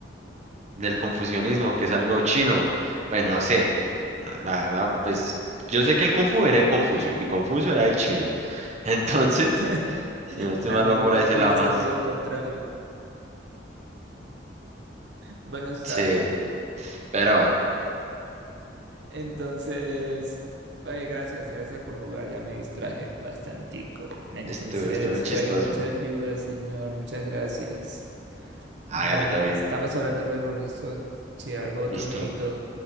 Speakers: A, on the right (about 40°); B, on the right (about 65°).
A: Del confucianismo, que es algo chino. Pues no sé, la la verdad, pues yo sé que el Kung Fu viene de Confucio y Confucio era de China. <laughs> Entonces,
B: <laughs>
A: si no estoy
B: la
A: mal,
B: misma
A: va por ahí ese
B: y
A: lado
B: en
A: más.
B: sentido contrario. Bueno, está
A: Sí,
B: bien.
A: pero bueno,
B: Entonces, oye, gracias, gracias por jugar. Ya me distraje bastantico. Entonces,
A: estuvo, estuvo chistoso.
B: fue mucha ayuda, señor. Muchas gracias. Ya
A: Hágale, todo bien.
B: estamos hablando luego, listo. Si algo, otro
A: Listo.
B: jueguito.